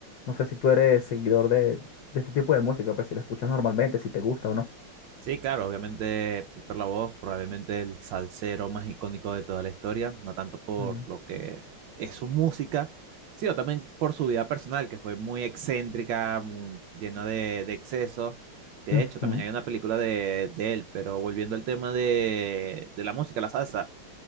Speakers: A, on the left (about 70°); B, on the right (about 75°).
A: no sé si tú eres seguidor de, de este tipo de música, pues si la escuchas normalmente, si te gusta o no.
B: Sí, claro, obviamente Héctor Lavoe probablemente el salsero más icónico de toda la historia, no tanto por
A: Mm.
B: lo que es su música, sino también por su vida personal, que fue muy excéntrica, mu- llena de, de excesos, que de
A: Ujú,
B: hecho también hay una película de, de él, pero volviendo al tema de, de la música, la salsa,